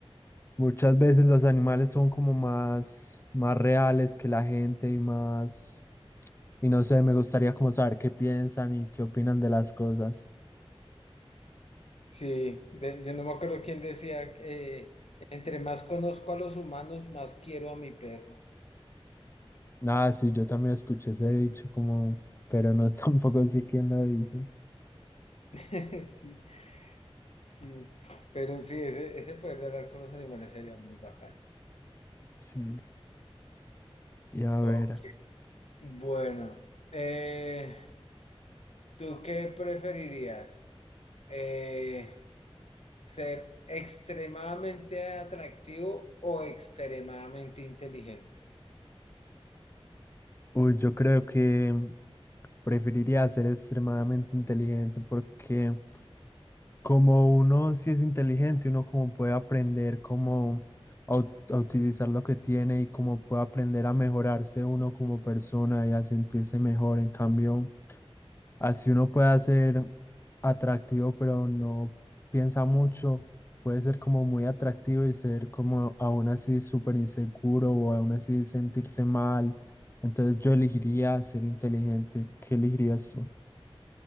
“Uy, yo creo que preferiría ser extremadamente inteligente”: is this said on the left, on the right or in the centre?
Left